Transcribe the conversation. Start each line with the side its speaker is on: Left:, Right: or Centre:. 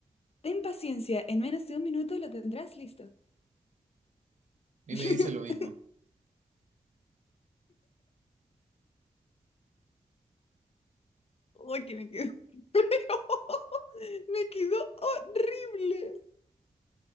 Left: Ten paciencia, en menos de un minuto lo tendrás listo.
Right: Y
Left: <laughs>
Right: me dice lo mismo.
Left: Uy, que me quedó. <laughs> Me quedó horrible.